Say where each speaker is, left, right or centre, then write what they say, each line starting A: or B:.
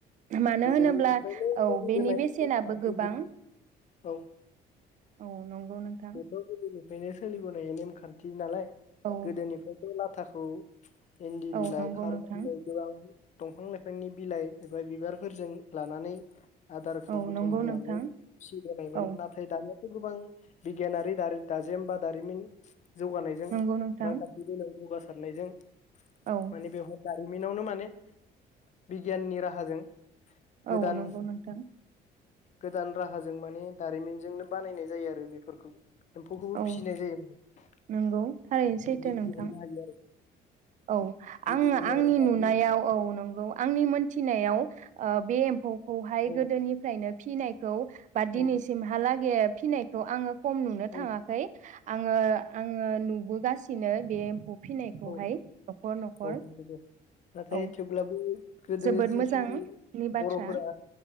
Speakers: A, on the right; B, on the left.
A: मानो
B: गोदोनिफ्रायनो
A: होनोब्ला औ
B: सलिबोनाय
A: बेनि बेसेनाबो
B: नेमखान्थि
A: गोबां
B: बि औ
A: औ नंगौ नोंथां
B: बेखौ गोदोनिफ्रायनो सोलिबोनाय नेम खान्थि नालाय
A: औ
B: गोदोनिफ्रायथ' लाब थाखौ एन्दि
A: औ
B: बिलाइ
A: नंगौ
B: खारौ
A: नोंथां
B: खान्दाइ गोबां दंफां लाइ बिफांनि बिलाइ एबा बिबारफोरजों लानानै आदारखौ
A: औ
B: बुथुम
A: नंगौ
B: होनानै
A: नोंथां
B: फिसिबोनायमोन
A: औ
B: नाथाय दानिया गोबां बिगियानारि दारो-दाजेम बा दारिमिन जौगानायजों
A: नंगौ नोंथां
B: रांखान्थि गोनां जौगासा खारनायजों
A: औ
B: माने बेवहाय जारिमिनावनो माने बिगियाननि राहाजों गोदान
A: औ नंगौ नोंथां।
B: गोदान राहाजों माने दारिमिनजोंनो बानायनाय जायो आरो बेफोरखौ। एम्फौखौबो
A: औ
B: फिसिनाय जायो बिदै
A: नंगौ थारैनो सैथो नोंथां
B: दैनो हायो आरो
A: औ
B: गोदोनि
A: आङो आंनि
B: आरो दानि
A: नुनायाव औ नंगौ आं मोनथिनायाव ओ बे एम खौहाय
B: औ
A: गोदोनिफ्रायनो फिनायखौ बा दिनिसिम
B: औ
A: हा ला <unintelligible> फिनायखौ आङो खम नुनो
B: औ
A: थाङाखै आङो आङो नुबोगासिन सिनो बे एम्फौ फिनायखौहाय।
B: औ
A: न'खर न'खर
B: औ <unintelligible> नाथाय
A: औ
B: थेवब्लाबो गोदो
A: जोबोद
B: जिखिनि
A: मोजांनि बाथ्रा
B: बरफोरा